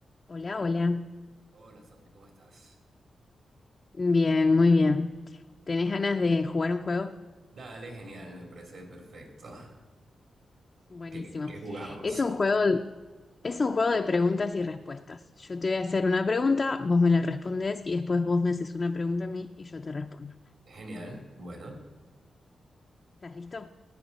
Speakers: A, on the left; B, on the right.
A: Hola, hola.
B: Hola Sofi, ¿cómo estás?
A: Bien, muy bien. ¿Tenés ganas de jugar un juego?
B: Dale, genial, me parece perfecto. <laughs>
A: <laughs> Buenísimo.
B: ¿Qué, qué jugamos?
A: Es un juego, es un juego de preguntas y respuestas. Yo te voy a hacer una pregunta, vos me la respondes y después vos me haces una pregunta a mí y yo te respondo.
B: Genial, bueno,
A: ¿Estás listo?